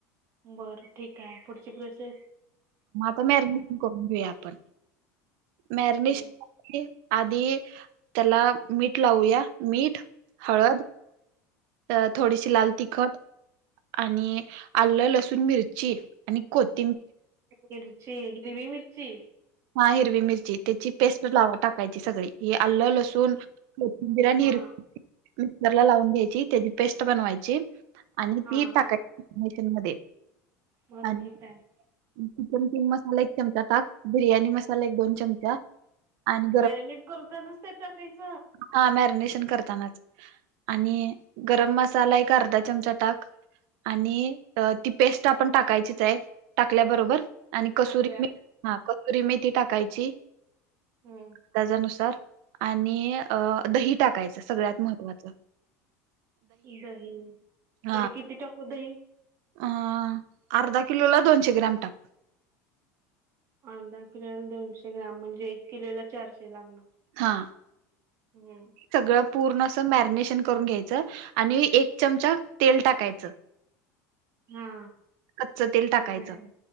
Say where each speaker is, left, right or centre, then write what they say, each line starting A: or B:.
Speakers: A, on the right; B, on the right.
A: बरं ठीक आहे पुढची प्रोसेस
B: म मॅरिनेशन करून घेऊया आपण मॅरिनेशन
A: हम्म
B: ओके आधी त्याला मीठ लावूया मीठ, हळद अ थोडीशी लाल तिखट आणि आलं लसूण मिरची आणि कोथ
A: मिर्ची हिरवी मिर्ची
B: हा हिरवी मिरची त्याची पेस्ट लावा टाकायची सगळी हे आल्लं लसूण कोथिंबीर आणि
A: हा
B: मिरची मिक्सरला लावून घ्यायची त्याची पेस्ट बनवायची आणि
A: हा
B: ती
A: हा
B: टाकायची मॅरीनेशन
A: बरं
B: आणि
A: ठीक आहे
B: चिकन किंग मसाला एक चमचा टाक, बिर्याणी मसाला एक दोन चमचा आणि
A: मॅरिनेट करतानाच ते टाकायच
B: हा मॅरिनेशन करतानाच आणि गरम मसाला एक अर्धा चमचा टाक आणि ती पेस्ट आपण टाकायचीच आहे, टाकल्याबरोबर आणि कसुरी
A: टाकल्या
B: मेथी हा कसुरी मेथी टाकायची
A: हम्म
B: त्याच्यानुसार आणि अह दही टाकायचं सगळ्यात महत्त्वाचं
A: दही,
B: हां,
A: तरी किती टाकू दही?
B: अ अर्धा किलोला दोनशे ग्रॅम टाक.
A: अर्धा किलोला दोनशे ग्रॅम म्हणजे एक किलोला चारशे लागणार
B: हा.
A: हम्म
B: सगळं पूर्ण असं मॅरिनेशन करून घ्यायचं आणि एक चमचा तेल टाकायचं
A: हा.
B: कच्च तेल टाकायचं
A: बर